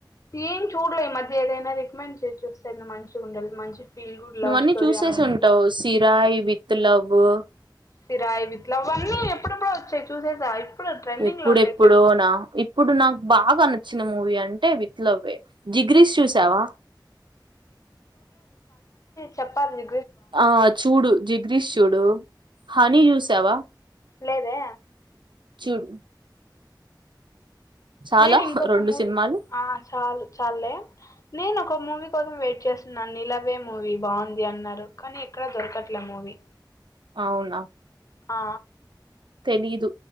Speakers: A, on the left (about 45°); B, on the right (about 80°).
A: ఏం చూడలే ఈ మధ్య ఏదైనా రికమెండ్ చేసి చూస్తే మంచిగా ఉండదు మంచి. ఫీల్ గుడ్
B: నువ్వన్నీ
A: లవ్ స్టోరీ
B: చూసేసి
A: అలా ఏదైనా
B: ఉంటావు సిరాయ్ విత్ లవ్
A: సిరా ఇట్లా ఇవన్నీ ఎప్పుడు ఎప్పుడో వచ్చాయి చూసేసా. ట్రెండింగ్
B: ఎప్పుడెప్పుడో
A: లో ఉండేది చెప్పు
B: నా ఇప్పుడు నాకు బాగా నచ్చిన మూవీ అన్ విత్లవ్వే జిగ్రీస్ చూసావా
A: చెప్పాలే
B: ఆ చూడు జిగ్రీష్ చూడు హనీ చూసావా.
A: లేదే
B: చూడు చాలా
A: నేను ఇంకొక
B: రెండు
A: మూవీ
B: సినిమాలు
A: ఆ చాలు చాలే నేను ఒక మూవీ. కోసం వెయిట్ చేస్తున్నా నీలవే మూవీ బాగుంది అన్నారు కానీ ఎక్కడ దొరకట్లే మూవీ.
B: అవునా
A: ఆ
B: తెలీదు